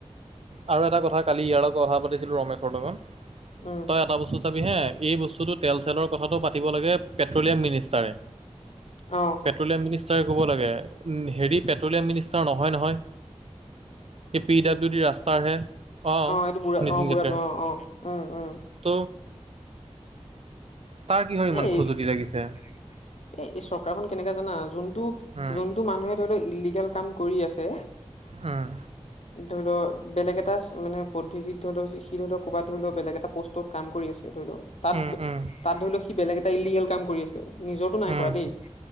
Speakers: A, on the right (about 65°); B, on the left (about 75°).
A: আৰু এটা কথা, কালি ইয়াৰ লগত কথা পাতিছিলো ৰমেশৰ লগত
B: উম
A: তই, এটা বস্তু চাবি হে এই বস্তুতটো তেল চেলৰ কথাটো পাতি পাতিব লাগে পেট্ৰলিয়াম মিনিষ্টাৰে
B: অ
A: পেট্ৰলিয়াম মিনিষ্টাৰে ক'ব লাগে, হেৰি পেট্ৰলিয়াম মিনিষ্টাৰ নহয় নহয় এই পি ডাব্লিউ ডি ৰাস্তা হে অ',
B: এইটো বুঢ়া
A: <unintelligible>
B: অ বুঢ়াটো অ অ উম উম
A: ত তাৰ কিহৰ ইমান
B: এ এ
A: খজুতি লাগিছে
B: এই চৰকাৰখনন কেনেকাে জানা যোনটো যোনটো
A: উম
B: মানুহে ধৰি, লওক ইলিগেল কাম কৰি আছে
A: উম
B: ধৰি, ল বেলেগ এটা মানে, পদ্ধতিত ধৰি লও সি ধৰি লও ক'ৰবাত ধৰি লও বেলেগ এটা পোষ্টতাম কৰি আছে ধৰি, লওক
A: উম উম
B: তাত ধৰি লওক, সি বেলেগ এটা ইলিগেল কাম কৰি আছে নিজৰটো নাই
A: উম
B: কৰা দেই।